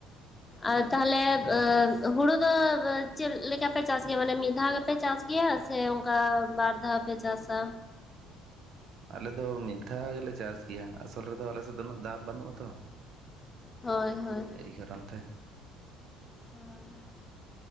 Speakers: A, on the left; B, on the right.
A: ᱟᱨ ᱛᱟᱦᱚᱞᱮ ᱦᱩᱲᱩ ᱫᱚ ᱪᱮᱫ ᱞᱮᱠᱟ ᱯᱮ ᱪᱟᱥ ᱜᱮᱭᱟ ᱢᱟᱱᱮ ᱢᱤᱫ ᱫᱷᱟᱣ ᱜᱮᱯᱮ ᱪᱟᱥ ᱜᱮᱭᱟ ᱥᱮ ᱚᱱᱠᱟ ᱵᱟᱨ ᱫᱷᱟᱣ ᱯᱮ ᱪᱟᱥᱟ
B: ᱟᱞᱮ ᱫᱚ ᱢᱤᱫ ᱫᱷᱟᱣ ᱜᱮᱞᱮ ᱪᱟᱥ ᱜᱮᱭᱟ ᱟᱥᱚᱞ ᱨᱮᱫᱚ ᱟᱞᱮᱥᱮᱫ ᱫᱚ ᱩᱱᱟᱹᱜ ᱫᱟᱜ ᱵᱟᱹᱱᱩᱜᱼᱟ ᱛᱚ
A: ᱦᱳᱭ ᱦᱳᱭ
B: ᱮᱭ ᱠᱠᱨᱚᱱ ᱛᱮ᱾
A: <inaudible>